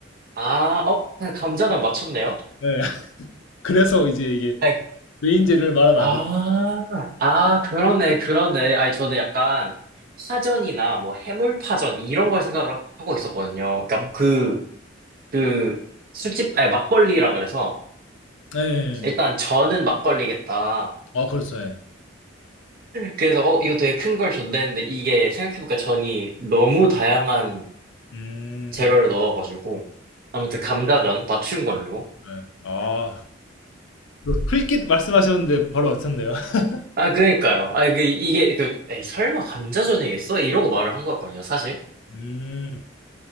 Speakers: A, on the right; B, on the left.
A: 아, 어? 그냥 감자전 맞췄네요?
B: 네. <laughs> 그래서 이제 이게
A: 아이,
B: 메인 재료를 말하면
A: 아,
B: 안 돼.
A: 아, 그러네, 그러네. 아니, 저는 약간 파전이나 뭐 해물파전 이런 걸 생각을 하- 하고 있었거든요. 그러니까
B: 음,
A: 그, 그, 술집, 아니, 막걸리라 그래서
B: 네.
A: 일단 저는 막걸리겠다.
B: 아, 그렇죠. 네.
A: 그래서 어 이거 되게 큰 걸 줬네 했는데 이게 생각해보니까 전이 너무 다양한
B: 음.
A: 재료를 넣어가지고 아무튼 감자전 맞춘 걸로
B: 네. 아. 그 풀깃 말씀하셨는데 바로 맞췄네요. <laughs>
A: 아 그러니까요 아 그 이게 그 에이 설마 감자전이겠어? 이러고 말을 한 거였거든요 사실
B: 음.